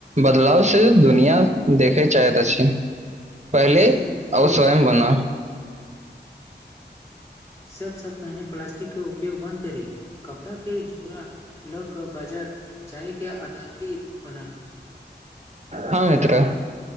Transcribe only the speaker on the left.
सही बिलकुल
सबसँ पहिने प्लास्टि के उपयोग बन्द करी। कपड़ा के झोरा लऽ कऽ बाजार जायके अदाती बनाबी।